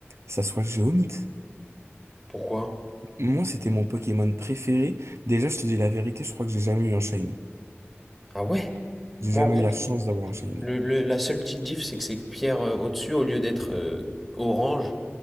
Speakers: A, on the right; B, in the centre.
A: ça soit Géomite.
B: Pourquoi?
A: Moi, c'était mon Pokémon préféré. Déjà, je te dis la vérité, je crois que j'ai jamais eu un shiny.
B: Ah ouais.
A: J'ai
B: Moi
A: jamais
B: en gros,
A: eu la chance d'avoir un shiny.
B: le, le- la seule petite diff c'est que ces pierres euh, au-dessus au lieu d'être euh, orange,